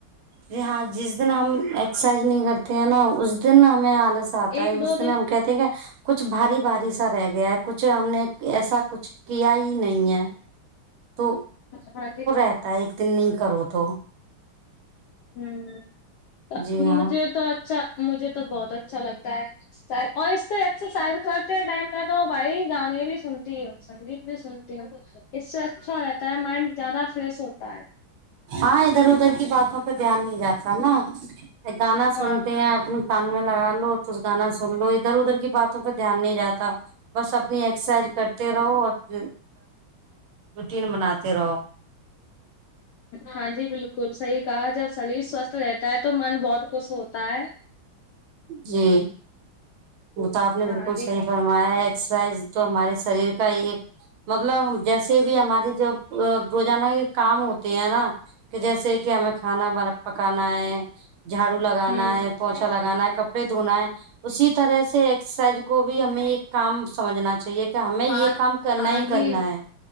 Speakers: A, on the right; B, on the left.
A: جی ہاں جس دن ہم ایکسرسائز نہیں کرتے ہیں نا اس دن ہمیں آلس آتا
B: ایک
A: ہے اس
B: دو
A: دن ہم کہتے ہیں کہ کچھ بھاری بھاری سا رہ گیا ہے کچھ ہم نے ایسا کچھ کیا ہی نہیں ہے تو
B: ہاں جی
A: کہتا ہے ایک دن نہیں کرو تو
B: ہمم
A: جی ہاں
B: مجھے تو اچھا مجھے تو بہت اچھا لگتا ہے ایکسرسائز، اور اس سے ایکسرسائز کرتے ٹائم میں تو بھائی گانے بھی سنتی ہو سنگیت میں سنتی ہوں اس سے اچھا رہتا ہے مائنڈ زیادہ فریش ہوتا ہے
A: ہاں ادھر ادھر کی باتوں پہ دھیان نہیں جاتا نا گانا سنتے
B: ہاں
A: ہیں اپنے کان میں لگا لو تو گانا سن لو ادھر ادھر کی باتوں پہ دھیان نہیں جاتا بس اپنی ایکسرسائز کرتے رہو اور روٹین بناتے رہو
B: ہاں جی بالکل صحیح کہا جب شریر سوستھ رہتا ہے تو من بہت خوش ہوتا ہے
A: جی وہ تو آپ نے
B: ہاں
A: بالکل
B: جی
A: صحیح فرمایا ایکسرسائز تو ہمارے شریر کا ہی ایک مطلب جیسے بھی ہمارے جب روزانہ یہ کام ہوتے ہیں نا کہ جیسے کہ ہمیں کھانا بنا پکانا ہے جھاڑو لگانا
B: ہوں
A: ہے پوچھا لگانا ہے کپڑے دھونا ہے اسی اسطرح سے ایکسرسائز کو بھی ہمیں ایک کام سمجھنا چاہیے کیا ہمیں یہ
B: ہاں
A: کام کرنا
B: ہاں
A: ہی
B: جی
A: کرنا ہے